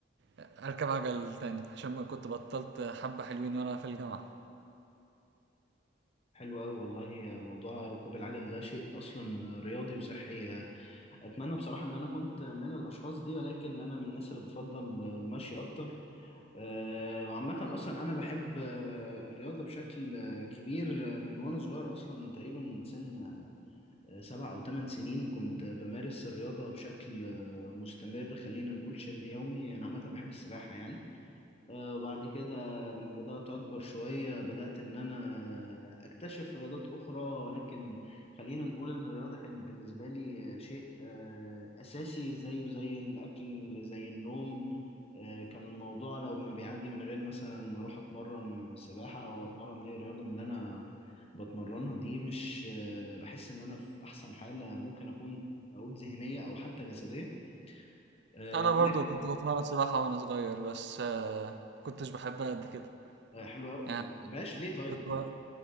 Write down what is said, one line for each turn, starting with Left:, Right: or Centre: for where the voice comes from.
Right: أركب عجل تاني عشان كنت بطلت حبة حلوين وأنا في الجامعة.
Left: حلو قوي والله موضوع ركوب العجل ده شيء اصلا رياضي وصحي اتمنى بصراحه ان انا كنت من الاشخاص دي ولكن انا من الناس اللي بتفضل المشي اكتر آه، وعامة أصلا أنا بحب آه، الرياضة بشكل آه، كبير آه، من وأنا صغير أصلا تقريبا من سن آه، سبع أو ثمان سنين كنت آه، بمارس الرياضة بشكل آه، مستمر خلينا نقول شبه يومي أنا عامة بحب السباحة يعني آه، وبعد كده لما بدأت أكبر شوية بدأت إن أنا أكتشف رياضات أخرى ولكن خلينا نقول إن الرياضة كانت بالنسبة لي آه، شيء آه، أساسي زيه زي الأكل زي النوم آه، كان الموضوع لو ما بيعدي من غير مثلا ما أروح أتمرن سباحة أو أتمرن أي رياضة من اللي أنا بتمرنها دي مش آه، بحس إن أنا في أحسن حالة ممكن أكون أقول ذهنية أو حتى جسدية آه،
Right: أنا برضو كنت بتمرن سباحة وأنا صغير بس ما كنتش بحبها قد كده،
Left: آه، حلو أوي
Right: يعني
Left: مبقاش ليه طيب
Right: كنت ب-